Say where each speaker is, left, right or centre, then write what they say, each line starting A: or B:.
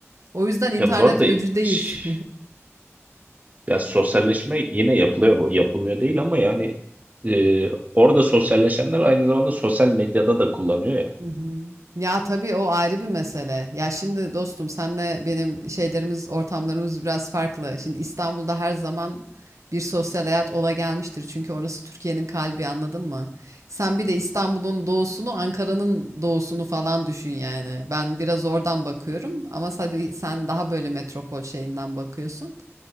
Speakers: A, on the right; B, on the right.
A: O yüzden internet
B: Ya bu arada
A: öcü değil.
B: ş-
A: <laughs>
B: Ya sosyalleşme yine yapılıyor, bu- yapılmıyor değil ama yani e, orada sosyalleşenler aynı zamanda sosyal medyada da kullanıyor ya.
A: Hı hı. Ya tabii o ayrı bir mesele. Ya şimdi dostum senle benim şeylerimiz, ortamlarımız biraz farklı. Şimdi İstanbul'da her zaman bir sosyal hayat ola gelmiştir. Çünkü orası Türkiye'nin kalbi anladın mı? Sen bir de İstanbul'un doğusunu, Ankara'nın doğusunu falan düşün yani. Ben biraz oradan bakıyorum ama tabii sen daha böyle metropol şeyinden bakıyorsun.